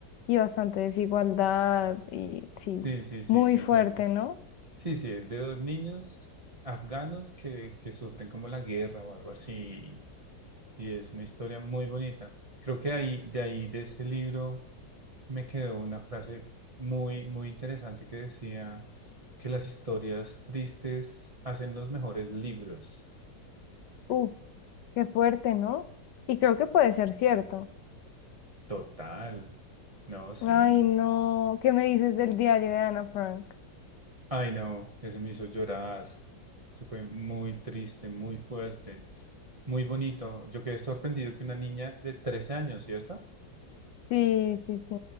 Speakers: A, on the left; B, on the right.
A: y bastante desigualdad y sí,
B: sí, sí, sí,
A: muy
B: sí,
A: fuerte,
B: son,
A: ¿no?
B: sí, sí, es de dos niños afganos que, que sufren como la guerra o algo así y es una historia muy bonita. Creo que ahí, de ahí, de ese libro, me quedó una frase muy, muy interesante que decía que las historias tristes hacen los mejores libros.
A: Uh, qué fuerte, ¿no? Y creo que puede ser cierto.
B: Total. No, sí.
A: Ay, no. ¿Qué me dices del diario de Ana Frank?
B: Ay, no, ese me hizo llorar. Se fue muy triste, muy fuerte, muy bonito. Yo quedé sorprendido que una niña de 13 años, ¿cierto?
A: Sí, sí, sí.